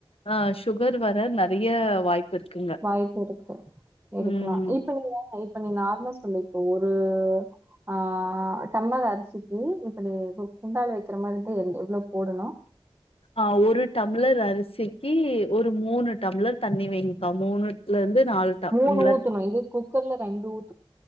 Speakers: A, on the left; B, on the right.
A: ஆஹ் சுகர் வர நெறைய வாய்ப்பு இருக்குங்க.
B: வாய்ப்பு இருக்கு இருக்கலா
A: ம்.
B: இப்ப நீங்க இப்ப நீ நார்மலா சொல்லிரு ஒரு ஆஹ் டம்ளர் அரிசிக்கு இப்ப நீ குண்டாளே வெக்கிற மாரி இருந்தா எந் எவ்ளோ போடணும்?
A: ஆஹ் ஒரு டம்ளர் அரிச் சிக்கி ஒரு மூணு டம்ளர் தண்ணி வைங்கிக்கா மூணுல இருந்து நாலு டம்ளர்
B: மூணு ஊத்தணு இது குக்கர்ல ரெண்டு ஊத்